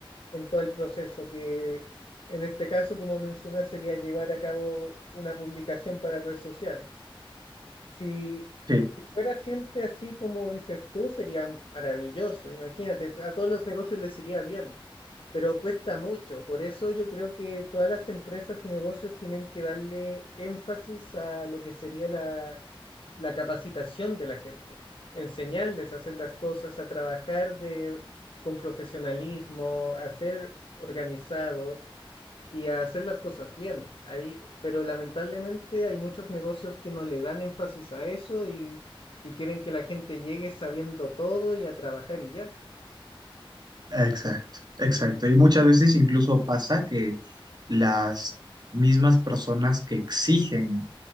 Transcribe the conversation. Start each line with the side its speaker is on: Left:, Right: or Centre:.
Left: en todo el proceso, que en este caso, como mencionas, sería llevar a cabo una publicación para redes sociales. Si,
Right: Sí,
Left: si fuera siempre así como dices tú, sería maravilloso. Imagínate, a todos los negocios les iría bien pero cuesta mucho. Por eso yo creo que todas las empresas y negocios tienen que darle énfasis a lo que sería la, la capacitación de la gente, enseñarles a hacer las cosas, a trabajar de, con profesionalismo, a ser organizados y a hacer las cosas bien. Ahí, pero lamentablemente hay muchos negocios que no le dan énfasis a eso y, y quieren que la gente llegue sabiendo todo y a trabajar y ya.
Right: exacto, exacto. Y muchas veces incluso pasa que las mismas personas que exigen